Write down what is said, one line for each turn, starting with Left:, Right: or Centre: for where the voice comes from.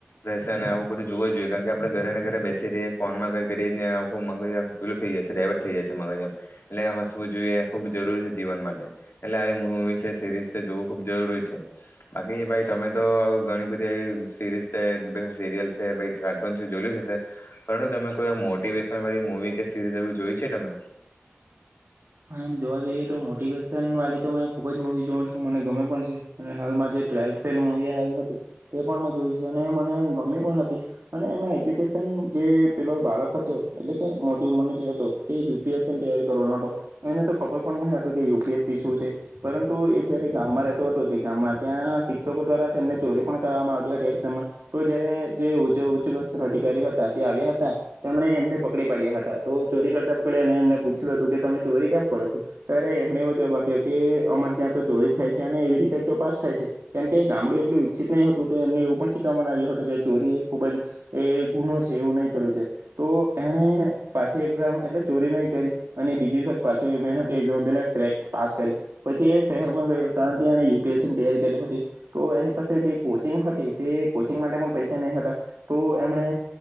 Left: રહેશે અને આવું બધું જોવું જોઈએ. કારણ કે આપડે ઘરેને ઘરે બેસી રએ ફોનમાં કઈ કરીખું પેલ થઈ જાય છે, ડાયવર્ટ થઈ જાય છે. <unintelligible> મગરજમ લે હસવું જોઈએ એ ખૂબ જરૂરી જીવન માટે એટલે આવી મુૂવી છે, સિરીઝ છે જોવું ખૂબ જરૂરી છે. બાકી ભાઈ તમે તો ઘણી બધી આવી સિરીઝ છે, સિરિયલ છે પછી કાર્ટૂન છે જોયલુ જ હશે પણ તમે કોઈ મોટિવેશનલ બધી મુવી કે સિરીસ જેવું જોય છે તમે?
Right: હા એમ જોવા જઈએ તો મોટિવેશન વાળી તો મે ખુબ જ મુવી જોઉ છું મને ગમે પણ છે અને હાલમાં જે ટ્વેલ્થ ફ મુવી હતી તે પણ મે જોય છે અને મને ગમી પણ હતી અને એમાં એજ્યુકેશન જે પેલો બાળક હતો એટલે કે મોટી ઉમરનો જે હતો તે યુ પી એસની તૈયારી કરવાનો હતો. એને તો ખબર પણ ન હતી કે યુ પી એસ સી શું છે. પરંતુ એ જયારે ગામમાં રહેતો હતો જે ગામમાં ત્યાં શિક્ષકો દ્વારા તેમને ચોરી પણ કરવામાં આવતી હતી. એઝામમાં તો જયારે જે ઉચ્ચ શષણ અધિકારી હતા તે આવ્યા હતા તેમણે એમને પકડી પાડ્યા હતા તો ચોરી કરતા પકડી અને એમને પૂછ્યું હતું કે તમે ચોરી કેમ કરો છો? ત્યારે એમને એવો જવાબ આપ્યો કે અમારે ત્યાં તો ચોરી થાય છે અને એવી રીતે તો પાસ થાય છે. કેમ કે ગામડું એટલું વિકસિત નહી હતું તો એમને એવું પણ શીખવા આવ્યું હતું કે ચોરી એ ખુબ જ એ ગુનો છે એવું નહીં કરવું છે. તો એણે પાછી એક્ઝામ એટલે ચોરી નહી કરી અને બીજી વખ પાસ કરી પછી એ શહેરમાં ગયો કારણ કે એણે યુ પી એસ સી ની તૈયારી કરી હતી તો એની પાસે જે કોચિંગ હતી તે કોચિંગ માટે પણ પૈસા ન હતા તો એમણે